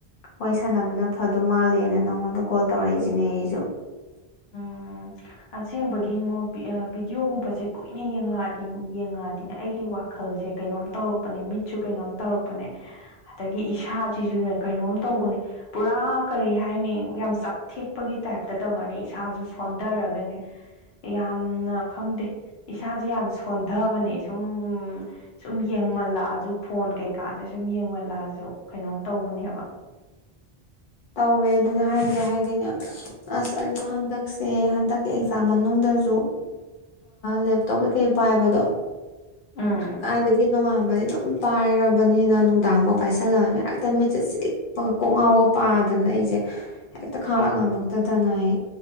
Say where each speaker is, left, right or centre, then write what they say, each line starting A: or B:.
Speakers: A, on the left (about 55°); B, on the left (about 75°).
A: ꯋꯥꯔꯤ ꯁꯥꯟꯅꯕꯅ ꯐꯗꯣꯏ ꯃꯥꯜꯂꯦꯅ ꯅꯪꯉꯣꯟꯗ ꯀꯣꯜ ꯇꯧꯔꯛꯏꯁꯤꯅꯦ ꯑꯩꯁꯨ
B: ꯎꯝ ꯑꯁꯦꯡꯕꯒꯤ ꯉꯣ ꯚꯤꯗꯤꯑꯣ ꯒꯨꯝꯕꯁꯦ ꯀꯨꯏꯅ ꯌꯦꯡꯉꯛꯑꯗꯤ ꯌꯦꯡꯉꯛꯑꯗꯤꯅꯦ ꯑꯩꯒꯤ ꯋꯥꯈꯜꯁꯦ ꯀꯩꯅꯣꯝ ꯇꯧꯔꯛꯄꯅꯦ ꯃꯤꯠꯁꯨ ꯀꯩꯅꯣꯝ ꯇꯧꯔꯛꯄꯅꯦ ꯑꯗꯒꯤ ꯏꯁꯥ ꯁꯤꯁꯨ ꯀꯩꯅꯣꯝ ꯇꯧꯕꯅꯦ ꯄꯨꯔꯥ ꯀꯔꯤ ꯍꯥꯏꯅꯤ ꯌꯥꯝ ꯆꯥꯛꯊꯦꯛꯄꯒꯤ ꯇꯥꯏꯞꯇ ꯇꯧꯔꯅꯤ ꯏꯁꯥꯁꯨ ꯁꯣꯟꯊꯔꯒꯅꯦ ꯌꯥꯝꯅ ꯈꯪꯗꯦ ꯏꯁꯥꯁꯦ ꯌꯥꯝ ꯁꯣꯟꯊꯕꯅꯦ ꯁꯨꯝ ꯁꯨꯝ ꯌꯦꯡ ꯃꯜꯂꯛ ꯑꯁꯨ ꯐꯣꯟ ꯀꯩ ꯀꯥꯁꯦ ꯁꯨꯝ ꯌꯦꯡ ꯃꯜ ꯂꯛꯑꯁꯨ ꯀꯩꯅꯣꯝ ꯇꯧꯕ ꯅꯦꯕ
A: ꯇꯧꯋꯦ ꯑꯗꯨꯅꯦ ꯍꯥꯏꯁꯦ ꯍꯥꯏꯗꯤꯅꯦ ꯑꯁ ꯑꯩꯁꯨ ꯍꯟꯗꯛꯁꯦ ꯍꯟꯗꯛꯀꯤ ꯑꯦꯛꯖꯥꯝ ꯃꯅꯨꯡꯗꯁꯨ ꯂꯦꯞꯇꯣꯞ ꯀꯩꯀꯩ ꯄꯥꯏꯕꯗꯣ
B: ꯎꯝ
A: ꯀꯥꯏꯗꯒꯤ ꯅꯣꯡꯉꯥꯟꯕꯩꯅꯣ ꯄꯥꯏꯔꯕꯅꯤꯅ ꯅꯨꯡꯗꯥꯡ ꯐꯥꯎ ꯄꯥꯏ ꯁꯜꯂꯛ ꯑꯕꯅꯤꯅ ꯍꯦꯛꯇ ꯃꯤꯠꯁꯦ ꯆꯤꯛꯄꯒ ꯀꯣꯛ ꯉꯥꯎꯕꯒ ꯄꯥꯗꯅ ꯑꯩꯁꯦ ꯍꯦꯛꯇ ꯈꯥꯡꯂꯥꯛ ꯉꯝꯃꯛꯇꯗꯅ ꯑꯩ